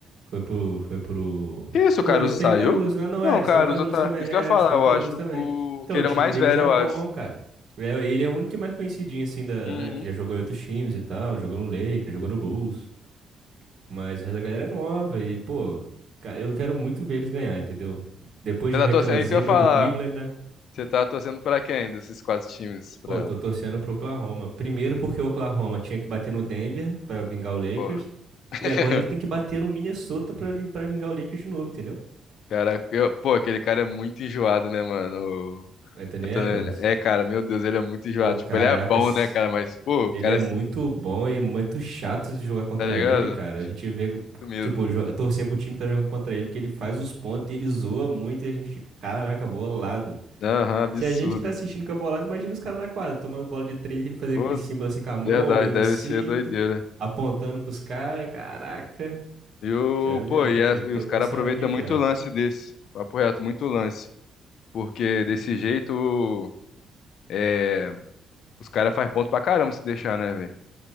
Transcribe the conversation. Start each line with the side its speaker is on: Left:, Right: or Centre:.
Right: Foi pro, foi pro...
Left: Que isso,
Right: Não,
Left: o Caruso
Right: eles têm
Left: saiu?
Right: o Caruso, não, não
Left: Não,
Right: é, eles
Left: o Caruso
Right: têm o Caruso
Left: tá.
Right: também,
Left: Isso
Right: é,
Left: que eu ia falar,
Right: eles têm
Left: eu
Right: o Caruso
Left: acho.
Right: também.
Left: O...
Right: Então,
Left: Que
Right: o
Left: ele
Right: time
Left: é o mais
Right: deles
Left: velho,
Right: é
Left: eu
Right: bom,
Left: acho.
Right: cara. É, Ele é o único que é mais conhecidinho, assim, da,
Left: Uhum.
Right: né, que já jogou em outros times e tal, jogou no Lakers, jogou no Bulls. Mas a galera é nova e, pô, ca- eu quero muito ver eles ganhar, entendeu? Depois
Left: Você
Right: de
Left: tá
Right: ver
Left: torcendo,
Right: aquela
Left: é
Right: zebra
Left: isso que eu ia falar.
Right: do Cleveland, né?
Left: Você tá torcendo pra quem desses quatro times? Pra...
Right: Pô, tô torcendo pro Oklahoma. Primeiro porque o Oklahoma tinha que bater no Denver pra vingar o Lakers.
Left: Pô,
Right: E
Left: <laughs>
Right: agora ele tem que bater no Minnesota pra, li- pra vingar o Lakers de novo, entendeu?
Left: cara, eu- pô, aquele cara é muito enjoado, né, mano? O
Right: Anthony
Left: Antônio-
Right: Edwards.
Left: É, cara, meu Deus, ele é muito enjoado.
Right: Pô, caracas.
Left: Tipo, ele é bom, né, cara? Mas, pô, o
Right: Ele
Left: cara,
Right: é
Left: é-
Right: muito bom e é muito chato de jogar contra
Left: tá ligado?
Right: ele, cara. A gente vê,
Left: Isso mesmo.
Right: tipo, jo- torcer pro time que tá jogando contra ele, porque ele faz os pontos e ele zoa muito e a gente fica, caraca, bolado.
Left: Aham, absurdo.
Right: Se a gente que tá assistindo com a bolada, imagina os caras na quadra, tomando bola de três, ele fazendo
Left: Pô,
Right: aquele símbolo assim com a mão,
Left: verdade,
Right: olhando
Left: deve
Right: assim,
Left: ser doideira.
Right: <laughs> t- apontando pros caras. Caraca,
Left: E o,
Right: sério mesmo,
Left: pô, e,
Right: tem
Left: a-
Right: que
Left: e
Right: ter
Left: os
Right: o
Left: caras
Right: pensamento
Left: aproveitam
Right: de ferro.
Left: muito o lance desse. Papo reto, muito lance. Porque desse
Right: N-
Left: jeito, é, os caras fazem ponto pra caramba se deixar, né, velho?